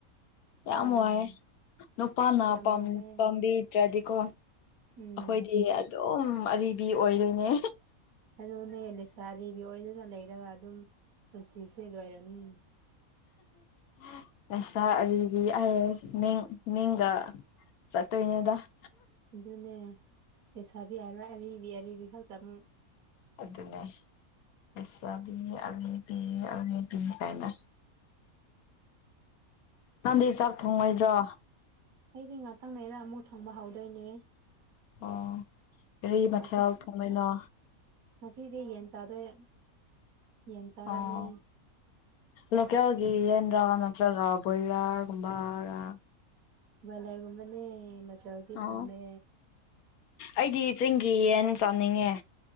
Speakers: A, on the left (about 80°); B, on the right (about 75°).
A: ꯌꯥꯝ
B: ꯍꯣꯏ
A: ꯋꯥꯏꯌꯦ ꯅꯨꯄꯥꯅ
B: ꯌꯥꯝ
A: ꯄꯥꯝ
B: ꯋꯥꯔꯦ
A: ꯄꯥꯝꯕꯤꯗ꯭ꯔꯗꯤꯀꯣ
B: ꯎꯝ
A: ꯑꯩꯈꯣꯏꯗꯤ ꯑꯗꯨꯝ ꯑꯔꯤꯕ ꯑꯣꯏꯗꯣꯏꯅꯦ
B: ꯑꯗꯨꯨꯅꯦ ꯂꯩꯁꯥ ꯑꯥꯔꯤꯕꯤ ꯑꯣꯏꯗꯨꯅ ꯂꯩꯔꯒ ꯑꯗꯨꯝ ꯄꯨꯟꯁꯤꯁꯦ ꯂꯣꯏꯔꯅꯤ
A: <unintelligible> ꯂꯩꯁꯥ ꯑꯔꯤꯕꯤ ꯑꯩꯌꯦ ꯃꯤꯡ ꯃꯤꯡꯒ ꯆꯠꯇꯣꯏꯅꯦꯗ <unintelligible>
B: ꯑꯗꯨꯅꯦ ꯂꯩꯩꯁꯥꯕꯤ ꯍꯥꯏꯔꯣꯏ ꯑꯔꯤꯕꯤ ꯑꯔꯤꯕꯤ ꯈꯛꯇꯪ
A: ꯑꯗꯨꯅꯦ ꯂꯩꯁꯥꯕꯤ ꯑꯔꯤꯕꯤ ꯑꯔꯤꯕꯤ ꯀꯥꯏꯅ ꯅꯪꯗꯤ ꯆꯥꯛ ꯊꯣꯡꯉꯣꯏꯗ꯭ꯔꯣ
B: ꯑꯩꯗꯤ ꯉꯥꯛꯇꯪ ꯂꯩꯔ ꯑꯃꯨꯛ ꯊꯣꯡꯕ ꯍꯧꯗꯣꯏꯅꯦ
A: ꯑꯣ ꯀꯔꯤ ꯃꯥꯊꯦꯜ
B: ꯍꯧꯖꯤꯛ
A: ꯊꯣꯡꯗꯣꯏꯅꯣ
B: ꯉꯁꯤꯗꯤ ꯌꯦꯟ ꯆꯥꯗꯣꯏ ꯌꯦꯟ ꯆꯥꯔꯅꯤ
A: ꯑꯣ ꯂꯣꯀꯦꯜꯒꯤ ꯌꯦꯟꯔꯥ ꯅꯠꯇ꯭ꯔꯒ ꯕꯣꯏꯂꯔꯒꯨꯝꯕ ꯔꯥ
B: ꯕꯣꯏꯂꯔꯒꯨꯝꯕꯅꯦ ꯂꯣꯀꯦꯜꯗꯤ
A: ꯑꯣ
B: ꯐꯪꯗꯦ
A: ꯑꯩꯗꯤ ꯆꯤꯡꯒꯤ ꯌꯦꯟ ꯆꯥꯅꯤꯡꯉꯦ